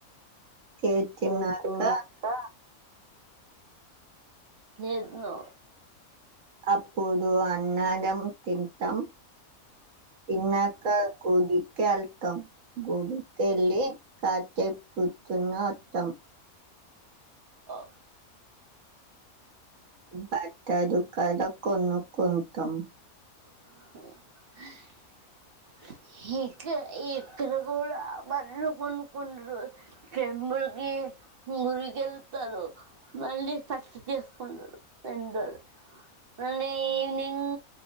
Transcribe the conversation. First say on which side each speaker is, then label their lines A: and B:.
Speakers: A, on the right (about 65°); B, on the right (about 45°).
A: చేసినాక
B: సచనాక్క ఎనో
A: అప్పుడు అన్నదం తింటం పన్నక కుదకాలతం గుడికెళ్ళలి కాచ కూర్తుున్న అత్తం
B: ఆ
A: బట్టట్ట దకాదా కొను కొతం
B: <inaudible> <inaudible> ఇకా ఎక్కర కూడా బళ్ కొనుకుండరు మకి మురికి వెళ్తారు మళ్ళీ పచ్చ చేసుకుంటారు తండడు మవినింగ్